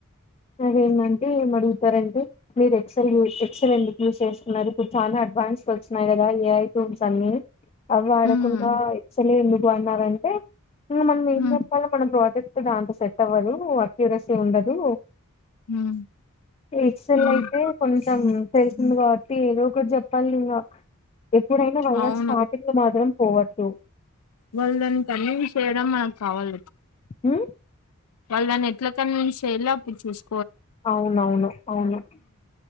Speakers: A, on the left (about 25°); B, on the left (about 85°).
A: అదేంటంటే ఏం అడుగుతారంటే మీరు ఎక్సెల్ యూ ఎక్సల్ ఎందుకు యూజ్ చేసుకున్నారు ఇప్పుడు చాలా అడ్వాన్స్ వచ్చినన్నాయి కదా ఏఐ ఫోన్స్ అన్నిీ అ వాడకున్న
B: హ్మ్.
A: చల వన్ అవర్ అంటే ఇంకా మనం ఏం
B: హ్మ్.
A: చెప్పలో మనం ప్రాజెక్ట్ దాంత సెట్ అవ్వదు అత్యురసి ఉండదు
B: హ్మ్.
A: ఎక్సెల్
B: హ్మ్.
A: అయితే కొంచెం తెలిసింది కాబట్టి ఏదో ఒకటి చెప్పాలి ఇంకా ఎప్పుడైనా వైవా
B: అవును
A: స్టార్టింగ్ లో మాత్రం పోవద్దు
B: వాళ్ళ దాని కన్న చేయడం మనకు సవాల
A: హ
B: వాళ్ళుాన్ని ఎలా కన్వన్స్ చేయ్యి అప్పిస్తాారు
A: అవునవును అవును